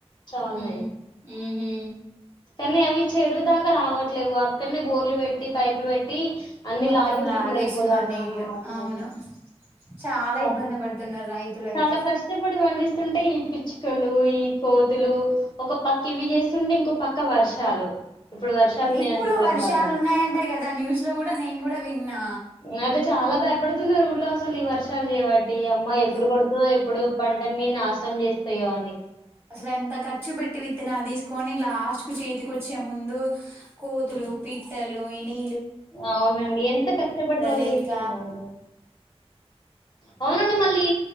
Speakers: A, on the left; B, on the right.
A: చాలానే
B: మ్మ్ హ్హ్ హు
A: కానీ అవి చెరువుదాకా రావట్లేవు అక్కడనే బోర్లు పెట్టి పైపులు పెట్టి అన్ని
B: మొత్తం
A: లాగేస్తున్నారు పొలల్లోకి
B: నీళ్ళు అవును చాలా ఇబ్బంది పడుతున్నారు రైతులయితే
A: చాలా కష్టపడి పండి స్తుంటే ఈ పిచ్చుకలు ఈ కోతులు ఒక పక్క ఇవి చేస్తుంటే ఇంకో పక్క వర్షాలు ఇప్పుడు వర్షాలు ఉన్నాయి
B: ఇప్పుడు
A: అంటున్నారు
B: వర్షాలు
A: మళ్ళా
B: ఉన్నాయంట కదా న్యూస్ లో నేను కూడా విన్నా
A: అయితే చాలా భయపడుతున్నారు ఊళ్ళో అసలు ఈ వర్షాలు చేయవాట అమ్మ ఎప్పుడు
B: ఉమ్
A: కొడుతుందో ఎప్పుడు కొట్టదో పంటని నాశనం చేస్తాయో అని
B: అసలు ఎంత ఖర్చు పెట్టి విత్తనాలు తీసుకొని లాస్ట్ కు చేతికి వచ్చే ముందు కోతులు పిట్టలు అవన్నీ
A: అవునండి ఎంత కష్టపడి వాళ్ళు
B: లేక
A: చేస్తున్నారు అవునండి మళ్ళీ